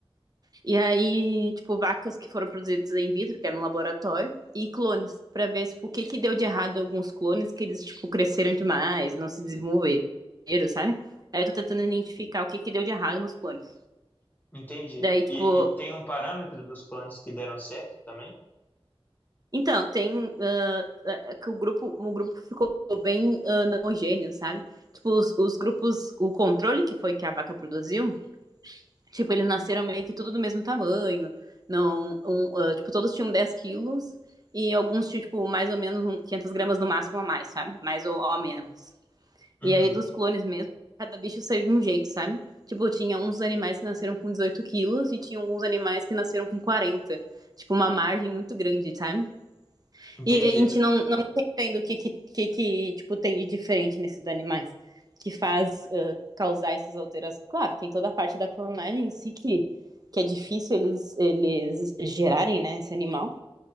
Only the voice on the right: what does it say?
E aí, tipo, vacas que foram produzidas em vitro, que é no laboratório. E clones, para ver, tipo, o que que deu de errado alguns clones, que eles, tipo, cresceram demais, não se desenvolveram, sabe? Aí eu tô tentando identificar o que que deu de errado nos clones.
Daí, tipo,
Então, tem. ah, é é que o grupo, o grupo ficou bem ah, não homogêneo, sabe? Tipo, os, os grupos, o controle que foi que a vaca produziu, tipo, eles nasceram meio que tudo do mesmo tamanho. Não, um, ah, tipo, todos tinham 10 quilos e alguns tinham, tipo, mais ou menos um- gramas no máximo a mais, sabe? Mais ou, ou menos.
E aí, dos clones mesmo, cada bicho saiu de um jeito, sabe? Tipo, tinha uns animais que nasceram com 18 quilos e tinha alguns animais que nasceram com quarenta, Tipo, uma margem muito grande, sabe?
E a gente não, não tá o que, que, que, que, tipo, tem de diferente nesses animais que faz uh, causar essas alterações. Claro, tem toda a parte da clonagem em si que, que é difícil eles, eles gerarem, né, esse animal,